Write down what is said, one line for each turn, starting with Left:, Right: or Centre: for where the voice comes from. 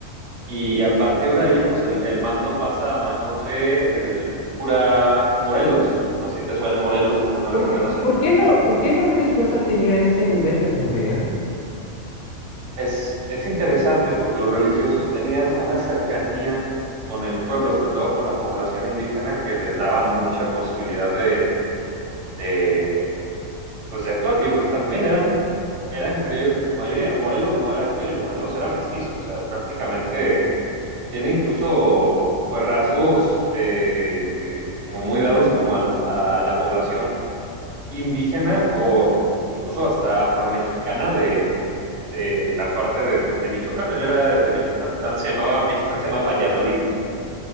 Right: y a partir de ahí, pues el, el mando pasa a manos de el cura Morelos, no sé si te suena Morelos, alguna vez
Left: Porque,
Right: al menos el...
Left: ¿por qué lo- por qué los religiosos tenían ese nivel de poder?
Right: Es, es interesante porque los religiosos tenían una cercanía con el pueblo, sobre todo con la población indígena, que les daba mucha posibilidad de, de, pues, de actuar. Y pues también eran eran criollos en su mayoría. Morelos no era criollo, Morelos era mestizo, o sea, prácticamente tiene incluso pues rasgos eh, como muy dados como al, a la población indígena o incluso hasta afromexicana de, de la parte de, de, Michoacán. Él era de, de, Michoacán, antes se llamaba, Michoacán se llamaba Valladolid,